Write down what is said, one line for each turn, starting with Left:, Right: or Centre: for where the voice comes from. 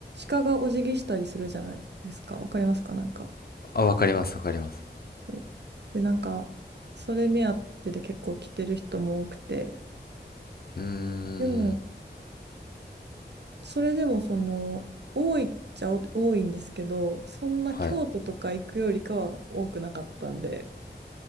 Right: 鹿がお辞儀したりするじゃないですか。わかりますかなんか。
Left: あ、わかりますわかります。
Right: そうで、なんか、それ目当てで結構来てる人も多くて、
Left: うーん、
Right: でも、それでもその、多いっちゃ多いんですけど、そんな京都とか行くよりかは多くなかったんで、
Left: はい、